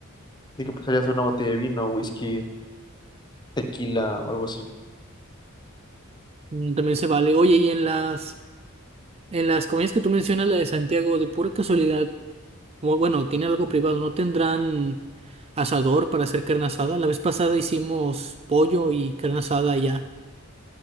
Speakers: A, on the left (about 20°); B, on the right (about 30°).
A: De que pues sería hacer una botella de vino, whisky, tequila o algo así.
B: Mm, También se vale. Oye, y en las, en las comidas que tú mencionas, la de Santiago, de pura casualidad, Bu- Bueno, tiene algo privado, ¿no tendrán asador para hacer carne asada? La vez pasada hicimos pollo y carne asada allá.